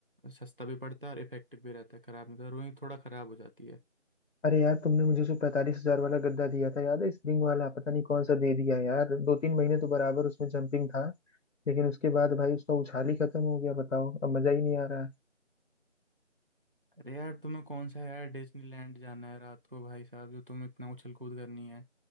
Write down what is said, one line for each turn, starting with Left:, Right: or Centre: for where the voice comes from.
Right: सस्ता भी पड़ता है और इफेक्टिव भी रहता है खराब नहीं तो रुई थोड़ा खराब हो जाती है
Left: अरे यार तुमने मुझे जो पैंतालीस हजार वाला गद्दा दिया था याद है स्प्रिंग वाला पता नहीं कौन सा दे दिया यार दो तीन महीने तो बराबर उसमें जंपिंग था लेकिन उसके बाद भाई उसका उछाल ही खत्म हो गया बताओ अब मजा ही नहीं आ रहा है
Right: अरे यार तुम्हें कौन सा यार डिज्नीलैंड जाना है रात को भाई साहब जो तुम इतना उछल कूद करनी है